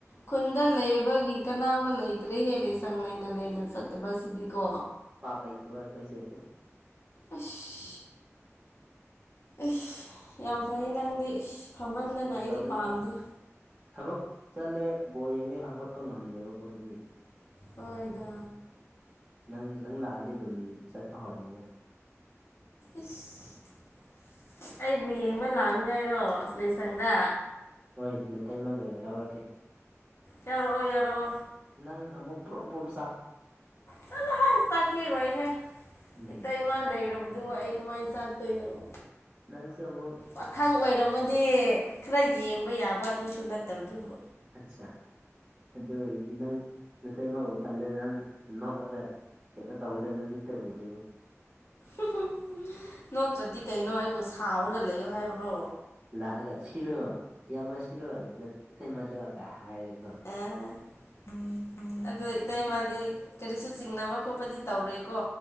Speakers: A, on the left; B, on the right.
A: ꯈꯨꯟꯗ ꯂꯩꯕꯒꯤ ꯀꯅꯥꯕ ꯂꯩꯇ꯭ꯔꯦꯍꯦ ꯂꯦꯁꯪ ꯂꯩꯅ ꯂꯩꯅ
B: ꯅꯠꯇꯦ
A: ꯆꯠꯇꯕꯁꯤꯗꯤꯀꯣ
B: ꯄꯥꯞ ꯂꯩꯇꯕ ꯑꯩꯈꯣꯏꯁꯦ
A: ꯑꯁ ꯏꯁ ꯌꯥꯝ ꯐꯩ ꯅꯪꯗꯤ ꯏꯁ ꯐꯝꯍꯟꯗꯅ
B: ꯏꯁ ꯐꯥꯒꯤ
A: ꯑꯩꯗꯤ
B: ꯇꯧꯕꯅꯤꯗ
A: ꯄꯥꯝꯗꯦ
B: ꯊꯕꯛ ꯆꯠꯂꯦ ꯕꯣꯜ ꯌꯦꯡꯉꯦ ꯍꯧꯒꯠꯄ ꯉꯝꯗꯦꯕꯀꯣ ꯑꯗꯨꯒꯤ
A: ꯍꫭꯏꯗ
B: ꯅꯪ ꯅꯪ ꯂꯥꯛꯑꯗꯤ ꯑꯗꯨꯝ ꯆꯠꯄ ꯍꯧꯔꯅꯤꯗ
A: ꯏꯁ ꯑꯩꯕꯨ ꯌꯦꯡꯕ ꯂꯥꯛꯅꯤꯉꯥꯏꯔꯣ ꯂꯩꯏꯁꯪꯗ
B: ꯍꯣꯏ ꯅꯇꯩꯃꯥꯒ ꯌꯥꯎꯔꯛꯀꯦ
A: ꯌꯥꯎꯔꯛꯑꫭ ꯌꯥꯎꯔꯛꯑꯣ
B: ꯅꯪ ꯑꯃꯨꯛ ꯄꯔꯣꯝ ꯄꯔꯣꯝ
A: ꯆꯠꯂꫭꯍ‌ꯦ ꯆꯥꯛꯄꯤꯔꯣꯏꯍꯦ
B: ꯎꯝ
A: ꯏꯇꯩꯃꯥ ꯂꯩꯔꯕ ꯑꯗꯨ ꯑꯩ ꯀꯃꯥꯏ ꯆꯥꯛꯇꯣꯏꯅꫭ
B: ꯅꯪꯁꯨ ꯑꯃꯨꯛ
A: ꯄꯥꯈꯪ ꯑꯣꯏꯔꯝꯃꯗꯤ ꯈꯔ ꯌꯦꯡꯕ ꯌꯥꯕ ꯑꯗꯨꯁꯨ ꯅꯠꯇꯕꯗꯨꯕꯨ
B: ꯑꯠꯆꯥ ꯑꯗꯨ ꯑꯣꯏꯔꯗꯤ ꯅꯪ ꯅꯇꯩꯃꯥ ꯎꯔꯀꯥꯟꯗ ꯅꯪ ꯅꫭꯛꯑꯒ ꯀꯩꯅꯣ ꯇꯧꯒꯗꯕꯗꯣ ꯃꯤꯠꯇ ꯎꯔꯤꯕ
A: <unintelligible> ꯅꯣꯛꯇ꯭ꯔꯗꯤ ꯀꯩꯅꯣ ꯑꯩꯕꯨ ꯁꯥꯎꯔꯒ ꯂꯩꯌꯣ ꯍꯥꯏꯕ꯭ꯔꯣ
B: ꯂꯥꯛꯑꯒ ꯁꯤꯔꯣ ꯏꯌꯥꯝꯕ ꯁꯤꯔꯣ ꯏꯊꯩꯃꯗ ꯍꯥꯏꯔꯒꯦꯀꯣ
A: <unintelligible> ꯑꯗꯣ ꯏꯇꯩꯃꯗꯤ ꯀꯔꯤꯁꯨ ꯆꯤꯡꯅꯕ ꯈꯣꯠꯄꯗꯤ ꯇꯧꯔꫭꯏꯀꯣ